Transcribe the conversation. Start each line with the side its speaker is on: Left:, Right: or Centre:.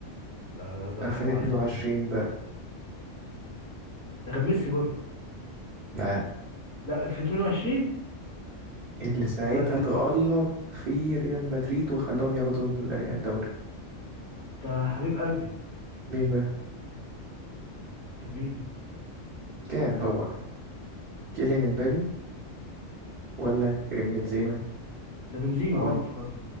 Left: ده, ده, ده
Right: 2022
Left: حاجة محزنة
Right: بقى
Left: ده كان ميسي برضه
Right: لا
Left: لا في 22
Right: اللي ساعتها
Left: ده,
Right: تألق
Left: ده,
Right: في ريال مدريد وخلاهم ياخدوا الدوري
Left: ده حبيب قلبي
Right: مين بقى
Left: كان مين
Right: كان هو كيليان امبابي ولا كريم بنزيما
Left: ده بنزيما
Right: ولا
Left: اه افتكرت